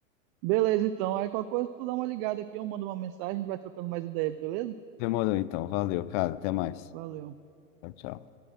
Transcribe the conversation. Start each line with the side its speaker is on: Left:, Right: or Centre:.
Right: Beleza, então. Aí qualquer coisa, tu dá uma ligada aqui, eu mando uma mensagem, a gente vai trocando mais ideia, beleza?
Left: Demorou então, valeu, cara, até mais.
Right: Valeu.
Left: Tchau, tchau.